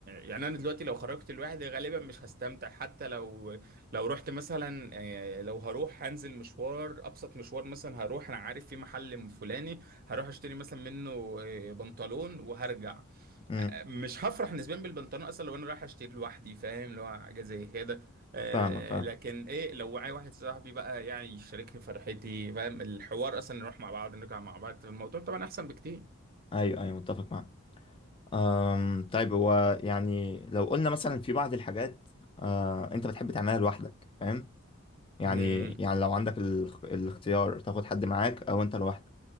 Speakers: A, on the right (about 45°); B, on the left (about 25°).
A: يعني أنا دلوقتي لو خرجت لوحدي غالبا مش هستمتع حتى لو لو رحت مثلا آه، لو هروح هنزل مشوار أبسط مشوار مثلا هروح أنا عارف في محل فلاني هروح أشتري مثلا منه آه، بنطلون وهرجع
B: مم.
A: آه، مش هفرح نسبيا بالبنطلون أصلا لو أنا رايح أشتري لوحدي فاهم اللي هو حاجة زي كده آه
B: فاهمك فاهم
A: لكن ايه لو معايا واحد صاحبي بقى يعني يشاركني فرحتي فاهم الحوار اصلا نروح مع بعض نرجع مع بعض الموضوع طبعا احسن بكتير
B: أيوه أيوه متفق معاك أم، طيب هو يعني لو قلنا مثلا في بعض الحاجات أه أنت بتحب تعملها لوحدك فاهم يعني
A: مم.
B: يعني لو عندك الاخ- الاختيار تاخد حد معاك أو أنت لوحدك